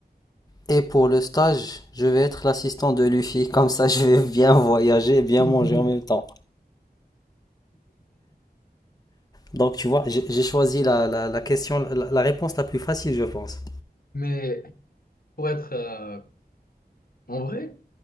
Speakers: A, on the left; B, on the left.
A: Et pour le stage, je vais être l'assistant de Luffy, <laughs> comme ça je vais bien voyager et bien
B: <laughs>
A: manger en même temps. Donc tu vois, j'ai j'ai choisi la, la, la question, la, la réponse la plus facile, je pense.
B: Mais pour être euh, en vrai,